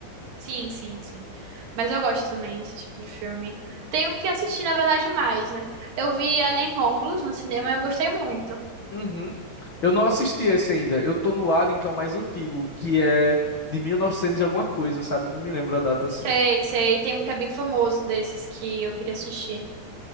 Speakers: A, on the right; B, on the left.
A: Sim, sim, sim. Mas eu gosto também desse tipo de filme. Tenho que assistir, na verdade, mais, né? Eu vi Alien Romulus no cinema e eu gostei muito.
B: Uhum. Eu não assisti esse ainda. Eu tô no Alien, que é o mais antigo, que é de 1900 e novecentos e alguma coisa, sabe? Não me lembro a data assim.
A: Sei, sei. Tem um que é bem famoso desses que eu queria assistir.